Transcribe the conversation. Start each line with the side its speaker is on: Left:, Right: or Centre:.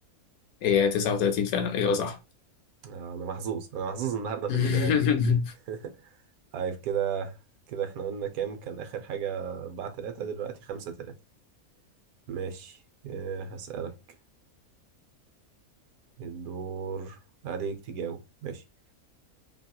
Left: هي 39 فعلا إجابة صح
Right: آه انا محظوظ انا محظوظ النهارده في
Left: <laughs>
Right: الإجابات دي <laughs> طيب كده كده احنا قلنا كام كان آخر حاجة أربعة تلاتة دلوقتي خمسة تلاتة ماشي آه، هسألك الدور عليك تجاوب ماشي